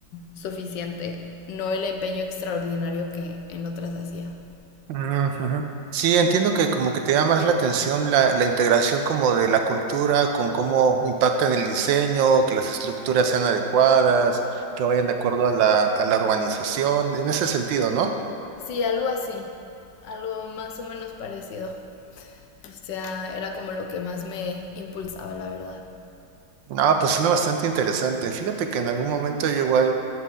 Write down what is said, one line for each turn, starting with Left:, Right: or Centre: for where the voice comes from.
Left: suficiente, no el empeño extraordinario que en otras hacía.
Right: Ujú, ujú. Sí, entiendo que como que te llama más la atención la, la integración como de la cultura con cómo impacta en el diseño, que las estructuras sean adecuadas, que vayan de acuerdo a la, a la urbanización, en ese sentido, ¿no?
Left: Sí, algo así, algo más o menos parecido. O sea, era como lo que más me impulsaba, la verdad.
Right: No, pues suena bastante interesante. Fíjate que en algún momento yo igual